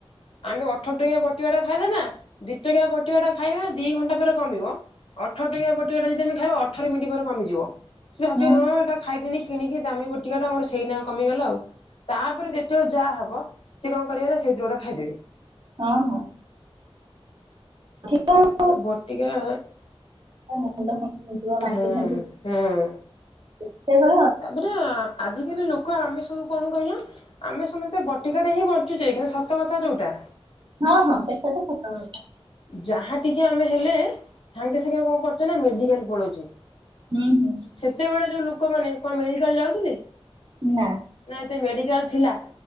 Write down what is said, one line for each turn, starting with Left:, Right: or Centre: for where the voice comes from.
Left: ଆମେ ଅଠର ଟଙ୍କିଆ ବଟିକାଟା ଖାଇବାନା ଦି ଟଙ୍କିଆ ବଟିକାଟା ଖାଇବା ଦି ଘଣ୍ଟା ପରେ କମିବ। ଅଠର ଟଙ୍କିଆ ବଟିକାଟା ଯଦି ଆମେ ଖାଇବା ଅଠର ମିଣ୍ଟି ପରେ କମିଯିବ ସେ ଭାବିବେ
Right: ହୁଁ
Left: ହଁ ଏଟା ଖାଇଦେନି। କିଣିକି ଦାମୀ ବଟିକାଟା ମୋର ସେଇନା କମିଗଲା ଆଉ। ତାପରେ ଯେତବଳେ ଯାହା ହବ ସେକଣ କରିବ ନା ସେଇଥୁରୁ ଗୋଟା ଖାଇଦେବି।
Right: ହଁ ହଁ। ଆ ଠିକ୍ ତ।
Left: ସେ ବଟିକା।
Right: ଏ ମୁଣ୍ଡ କଣ ହେଇଯିବ
Left: ହଁ
Right: ଫାନ୍ତି
Left: ହଁ।
Right: କେତେଥର।
Left: ତାପରେ ଆଜିିକାଲି ଲୋକ ଆମେ ସବୁ କଣ କହିଲ? ଆମେ ସମସ୍ତେ ବଟିକାରେ ହିଁ ବଞ୍ଚୁଛେ କିନ୍ତୁ ସତକଥା ଯେଉଁଟା।
Right: ହଁ ହଁ। ସେଟା ତ ସତ କଥା।
Left: ଯାହା ଟିକେ ଆମେ ହେଲେ, ସାଙ୍ଗେ ସାଙ୍ଗେ କଣ କରୁଛେ ନା ମେଡିକାଲ ପଲେଉଛେ
Right: ହୁଁ ହୁଁ।
Left: ସେତେବେଳେ ଯେଉଁ ଲୋକମାନେ କଣ ମେଡ଼ିକାଲ ଯାଉଥିଲେ?
Right: ନା।
Left: ନା ଏତେ ମେଡିକାଲ ଥିଲା।